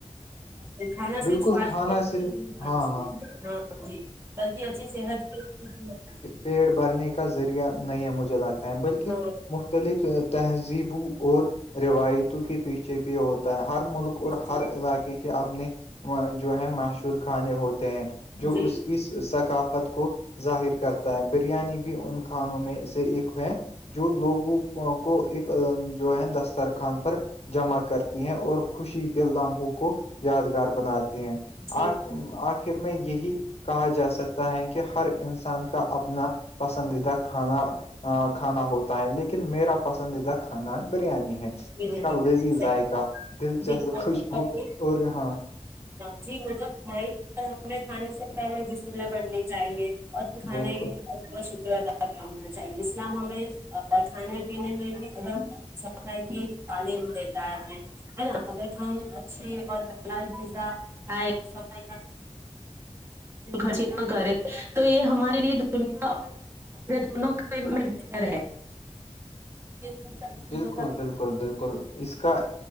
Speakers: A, on the right (about 20°); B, on the left (about 55°).
A: جی کھانا صرف
B: بالکل
A: سا
B: کھانا
A: چاہے
B: صرف ہاں ہاں
A: ہاں جی بلکہ اچھی صحت کے چاہیے
B: پیڑ بھرنے کا ذریعہ نہیں ہے مجھے لگتا ہے بلکہ
A: تو
B: مختلف تہذیبوں اور روایتوں کے پیچھے بھی ہوتا ہے ہر ملک اور
A: جی
B: ہر علاقے کے اپنے جو ہے مشہور کھانے ہوتے ہیں جو
A: جی
B: اس کی ثقافت کو ظاہر کرتا ہے بریانی بھی ان کھانوں میں سے ایک ہے جو لوگوں کو ایک جو ہے دسترخان پر جمع کرتی ہیں اور خوشی کے لمحوں کو یادگار بناتے ہیں
A: جی
B: آ آخر میں یہی کہا جا سکتا ہے کہ ہر انسان کا اپنا پسندیدہ کھانا کھانا ہوتا ہے لیکن میرا پسندیدہ کھانا بریانی ہے
A: صحیح
B: اس کا لذی ذائقہ
A: بات
B: دلچسپ
A: جی جی وہ
B: خوشبو
A: تو ہے ہی
B: اور یہاں
A: ہاں جی وہ توب بھائی پر ہمیں کھانے سے پہلے جسملہپٹنی چاہیے اور کھانے
B: بالکل
A: کے ال کا شکر ادا کرنا چاہیے اسلام ہمیں کھانے پینے میں بھی ا کہ تعلیم دیتا ہے ہے نا اگر ہم اچھے اور حالات پزا کائے س کا خرچ نہ کرے تو یہ ہمارے لیے دنیا اور نے دونوں میں بہتر ہے ان سب چیزوں
B: بالکل
A: کا بھی
B: بالکل بالکل اس کا